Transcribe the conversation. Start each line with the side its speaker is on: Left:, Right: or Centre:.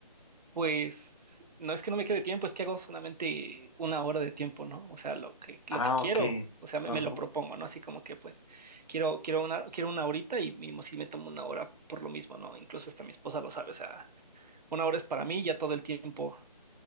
Right: pues no es que no me quede tiempo, es que hago solamente una hora de tiempo, ¿no? O sea, lo que, lo
Left: Ah,
Right: que quiero,
Left: ok.
Right: o sea, me,
Left: Ajá.
Right: me lo propongo, ¿no? Así como que pues quiero, quiero una, quiero una horita y mismo si me tomo una hora por lo mismo, ¿no? Incluso hasta mi esposa lo sabe, o sea, una hora es para mí, ya todo el tiempo